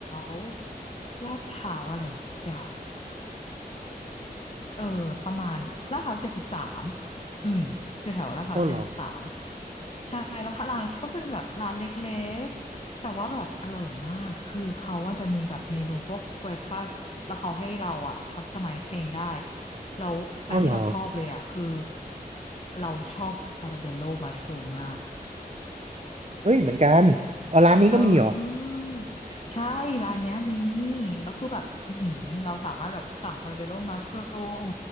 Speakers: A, on the left; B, on the right.
A: วลาดพร้าวอะไรสักอย่าง เออประมาณลาดพร้าวเจ็ดสิบสามอืมอยู่แถวลาดพร้าวเจ็ดสิบสาม
B: อ้อเหรอ
A: ใช่แล้วค่ะร้านเขาก็จะเป็นแบบร้านเล็กๆแต่ว่าแบบอร่อยมากคือเขาว่าจะมีแบบเมนูพวกเบรคฟาสต์แล้วเขาให้เราอ่ะคัสตอมไมซ์เองได้แล้วอันที่เราชอบเลยอ่ะคือ
B: อ้อเหรอ
A: เราชอบพอร์ตเบลโลมัชรูมมาก
B: เฮ้ยเหมือนกันเออร้านนี้ก็มีเหรอ
A: เออใช่ร้านเนี้ยมีแล้วคือแบบอื้อหือเราสามารถแบบสั่งพาราเบโลมัชรูม